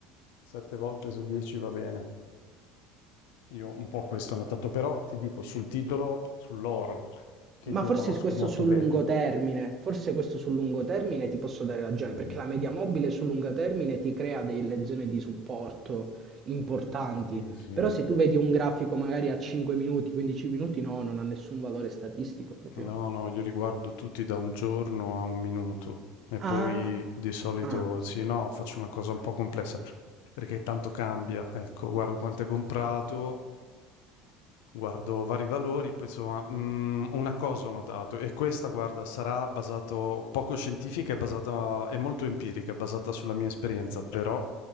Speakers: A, on the left; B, on the right.
A: sette volte su 10 va bene. Io un po' questo ho notato, però ti dico sul titolo, sull'oro, che
B: Ma
A: io
B: forse
A: conosco
B: su questo
A: molto
B: sul
A: bene.
B: lungo termine, forse questo sul lungo termine ti posso dare ragione,
A: Sì,
B: perché la media mobile sul lungo termine ti crea delle zone di supporto importanti,
A: sì, sì.
B: però se tu vedi un grafico magari a 5 minuti, 15 minuti, no, non ha nessun valore statistico proprio.
A: No, no, io li guardo tutti da un giorno a un minuto e
B: Ah,
A: poi di solito
B: ah,
A: sì, no, faccio una cosa un po' complessa perché tanto cambia. Ecco, guardo quanto è comprato, Guardo vari valori, poi insomma, mm, una cosa ho notato, e questa, guarda, sarà basato poco scientifica, è basata, è molto empirica, è basata sulla mia esperienza, però